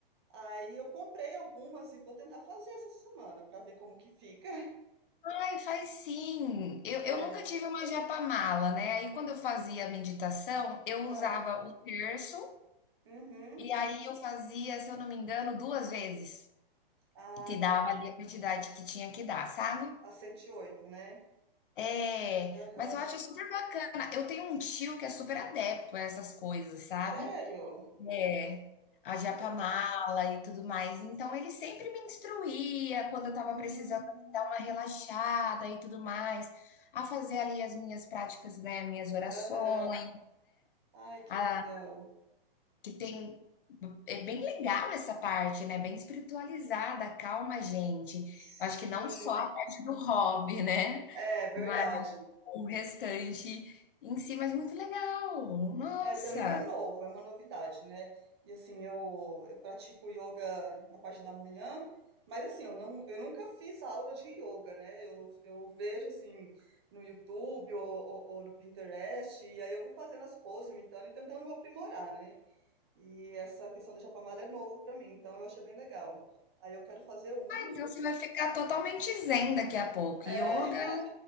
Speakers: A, on the right; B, on the left.
A: Aí eu comprei algumas e vou tentar fazer essa semana para ver como que fica.
B: Ai, faz sim. Eu,
A: <laughs>
B: eu nunca tive uma japamala, né? Aí quando eu fazia a meditação, eu
A: Ah,
B: usava o terço
A: Uhum.
B: E aí eu fazia, se eu não me engano, 2 vezes,
A: A
B: que dava ali a quantidade que tinha que dar, sabe.
A: a 108, né?
B: É,
A: Aham.
B: mas eu acho super bacana. Eu tenho um tio que é super adepto a essas coisas, sabe.
A: Sério? Ah,
B: É, a japamala
A: Ent
B: e tudo mais, então ele sempre me instruía quando eu estava
A: hum.
B: precisando, assim, dar uma relaxada e tudo mais, a fazer ali as minhas práticas, né, minhas orações,
A: Aham. Ai, que
B: a
A: legal.
B: que tem. É bem legal essa parte, né? Bem espiritualizada, calma a gente.
A: Sim.
B: Eu acho que não só a parte do hobby, né?
A: É, verdade.
B: Mas o restante em si, mas muito legal. Nossa!
A: É, para mim é novo, é uma novidade, né. E, assim, eu eu pratico yoga na parte da manhã, mas, assim, eu não eu nunca fiz aula de yoga, né. Eu eu vejo, assim, no YouTube ou ou ou no Pinterest, e aí eu vou fazendo as poses, imitando e tentando aprimorar, né. E essa questão da chapamala é novo pra mim, então eu achei bem legal. Aí eu quero fazer uma.
B: Então, Você vai ficar totalmente zen daqui a pouco.
A: É.
B: Yoga,
A: <laughs>